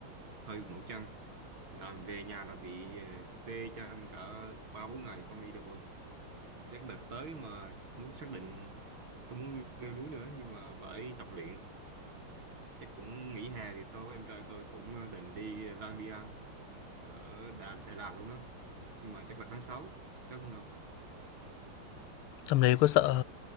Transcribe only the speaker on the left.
tầm đấy có sợ